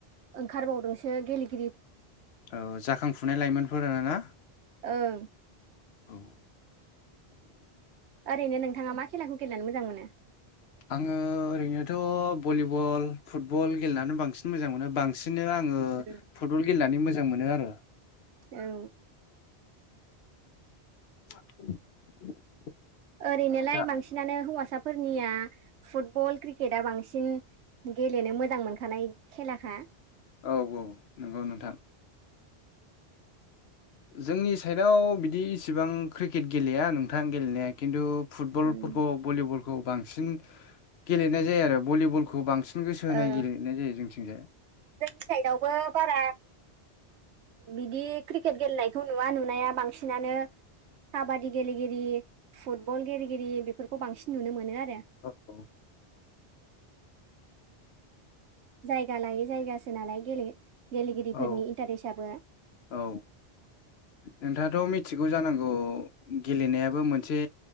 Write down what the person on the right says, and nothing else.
ओंखारबावदोंसो गेलेगि
ओं
ओरैनो नोंथाङा मा खेलाखौ गेलेनानै मोजां मोनो।
उम
औ
ओरैनोलाय
बांसिनानो हौवासाफोरनिया फुटबल क्रिकेटआ बांसिन गेलेनो मोजां मोनखानाय खेलाखा
उम
ओ
जोंनि साइदआवबो बारा बिदि क्रिकेट गेलेनायखौ नुवा नुनाया बांसिनानो काबादि गेलेगिरि फुटबल गेलेगिरि बेफोरखौ बांसिन नुनो मोनो आरो।
जायगा लायै जायगासो नालाय गेलेगिरिफोरनि
इन्टारेस्टआबो